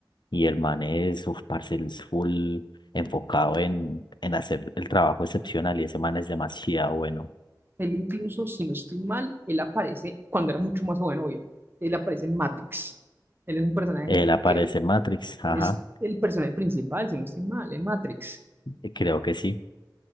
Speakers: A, on the left (about 80°); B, on the right (about 30°).
A: y el man es, uf, parce, él es full enfocado en, en hacer el trabajo excepcional y ese man es demasiado bueno.
B: él incluso, si no estoy mal, él aparece cuando era mucho más joven, obvio. Él aparece en Matrix. Él es un personaje,
A: Él aparece
B: creo,
A: en Matrix, ajá,
B: él es el personaje principal, si no estoy mal, en Matrix.
A: eh, creo que sí,